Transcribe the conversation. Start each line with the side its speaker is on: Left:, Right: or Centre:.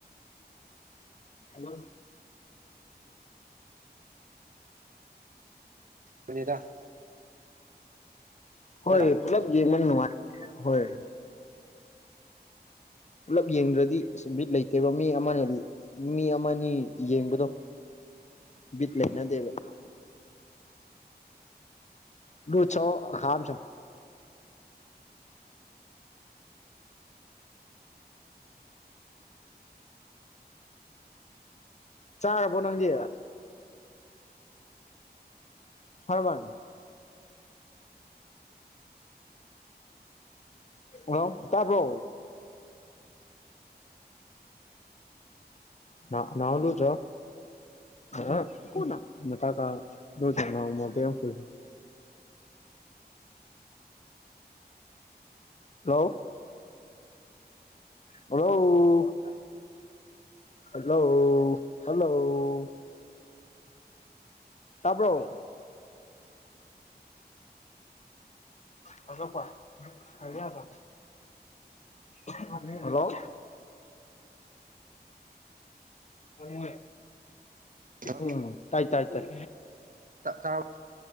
Left: ꯍꯂꯣ
Right: ꯄꯨꯅꯤꯗ
Left: ꯍꯣꯏ
Right: ꯅꯠꯇ꯭ꯔꯥ
Left: ꯄꯨꯂꯞ ꯖꯤꯃꯟ ꯅꯅꯨꯡꯉꯥꯏ ꯍꯣꯏ ꯄꯨꯂꯞ ꯌꯦꯡꯗ꯭ꯔꯗꯤ ꯑꯁ ꯕꯤꯠ ꯂꯩꯇꯦꯕ ꯃꯤ ꯑꯃ ꯃꯤ ꯑꯃꯅꯤ ꯌꯦꯡꯕꯗꯣ ꯕꯤꯠ ꯂꯩ ꯅ ꯗꯦꯕ ꯗꯨ ꯆꯣ ꯈꯝ ꯆꯣ ꯆꯥꯔꯕꯣ ꯅꯪꯗꯤ ꯍꯔ ꯃꯥ ꯑ ꯇꯕ ꯅꯅꯥꯎ ꯂꯨ ꯆ <unintelligible> ꯍꯜꯂꯣ ꯍꯂꯣ ꯍꯜꯂꯣ ꯍꯜꯂꯣ ꯇꯥꯔꯕꯣ ꯍꯜꯂꯣꯄꯌꯥꯗ ꯍꯜꯂꯣ ꯑꯣꯏ
Right: ꯍꯜꯂꯣ
Left: ꯎꯝ ꯇꯥꯏ ꯇꯥꯏ ꯇꯥꯏ
Right: ꯇꯥ ꯇꯥꯔꯕꯣ